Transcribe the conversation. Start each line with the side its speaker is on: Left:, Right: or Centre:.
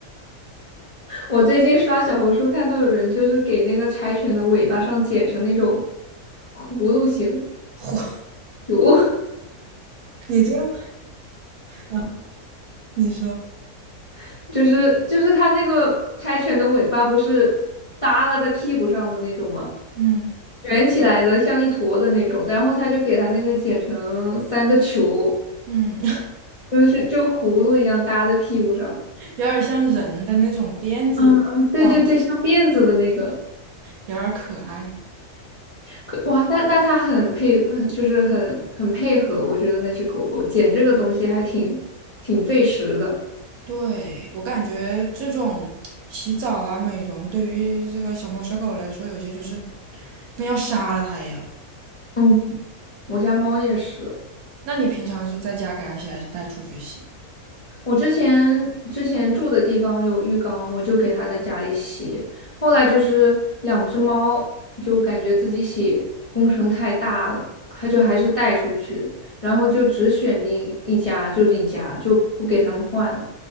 Left: 我最近刷小红书看到有人就是给那个柴犬的尾巴上剪成那种葫芦形，
Right: 嚯，
Left: 哟，
Right: 你这样，啊你说，
Left: <laughs> 就是就是它那个柴犬的尾巴不是耷拉在屁股上的那种吗？
Right: 嗯
Left: 卷起来的像一坨的那种，然后他就给它那个剪成三个球，
Right: 嗯，<laughs>
Left: 就是就葫芦一样搭在屁股上。
Right: 有点像人的那种辫子的味道，
Left: 嗯嗯，对对对，像辫子的那个，
Right: 有点可爱。
Left: 可哇，那那它很配，很就是很很配合。我觉得那只狗狗剪这个东西还挺挺费时的。
Right: 对，我感觉这种洗澡啊、美容，对于这个小猫小狗来说，有些就是跟要杀了它一样。
Left: 嗯，我家猫也是，
Right: 那你平常是在家给它洗，还是带出去洗？
Left: 我之前之前住的地方有浴缸，我就给它在家里洗。后来就是两只猫就感觉自己洗工程太大了，它就还是带出去，然后就只选定一家就是一家，就不给它们换了。